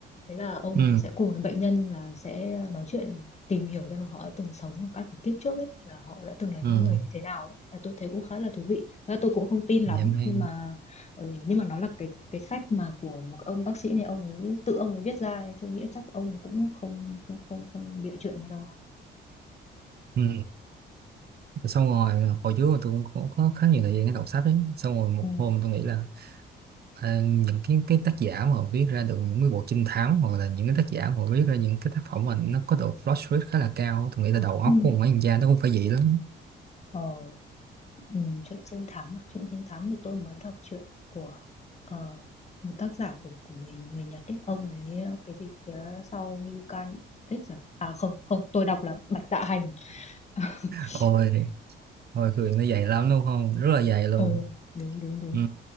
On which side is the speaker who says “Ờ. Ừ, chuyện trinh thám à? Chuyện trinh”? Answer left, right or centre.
Left